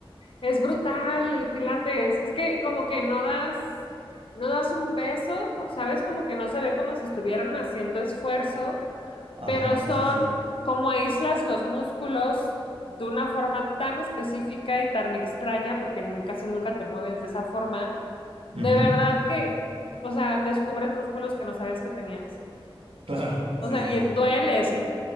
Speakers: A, on the left; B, on the right.
A: Es brutal el pilates, es que como que no das, no das un peso, ¿sabes? Como que no se ve como si estuvieran haciendo esfuerzo,
B: Ajá,
A: pero son
B: sí, sí, sí.
A: como aíslas los músculos de una forma tan específica y tan extraña, porque n- casi nunca te mueves de esa forma. De
B: Ujú,
A: verdad que, o sea, descubres músculos que no sabías que tenías.
B: <laughs> Claro,
A: O
B: sí,
A: sea,
B: sí,
A: y
B: sí.
A: dueles y